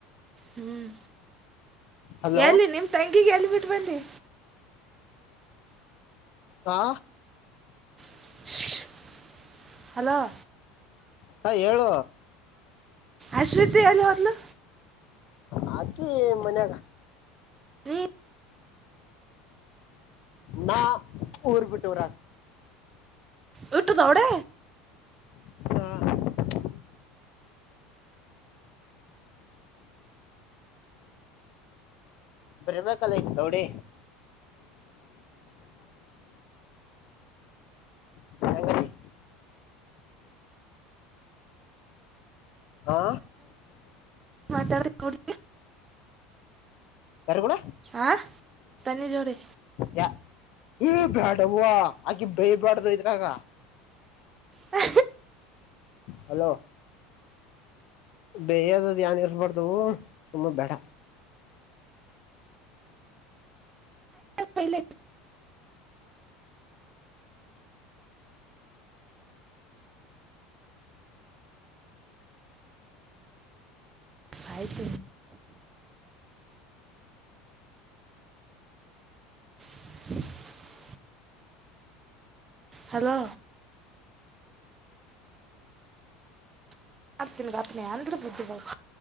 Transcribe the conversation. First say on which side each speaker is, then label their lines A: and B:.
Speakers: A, on the right (about 20°); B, on the left (about 55°).
A: ಹ್ಮ್
B: ಹಲೋ
A: ಎಲ್ಲಿ ನಿಮ್ ತಂಗಿಗೆ ಎಲ್ಲಿ ಬಿಟ್ ಬನ್ನಿ
B: ಹಾ
A: <unintelligible> ಹಲೋ
B: ಹ ಏುವ
A: ಅಶ್ವತಿ ಅಲ್ಲ ಹೊದಲು
B: ಹಾಕಿ ಮನ್ಯಾಗ
A: ನೀ
B: ನಾ ಊರ್ ಪಿಟರ
A: ವಿಟ್ಟದಾವಡ
B: ಹ್ಮ ಬ್ರಮ ಕಲಟ ತೌಡೆ ಹ ಹಾ
A: ಮಾತಾಡಡ್
B: ಯಾರು ಕೂಡ
A: ಆಾ ತನ್ನಿ ಜೋಡಿ
B: ಯಾ ಏ ಬ್ಯಾಡ ಆಕೆ ಬಯಿ ಬ್ಯಾಡದಯ್ರಗ
A: ಹ
B: ಹಲೋ ಬೇಯದ್ದ ಏನ್ ಇರ್ಸ್ಬಾರ್ದವು ಸುಮ್ಮ ಬೇಡ
A: ಪೈಲ ಸಹಿತ <inaudible> ಹಲೋ ಏ ಮಾಡ್ತೀನಿ ರಾಪ್ಪನ ಅಂದ್ರೂ ಬುದ್ಧಿ ಬಾಗ್ತ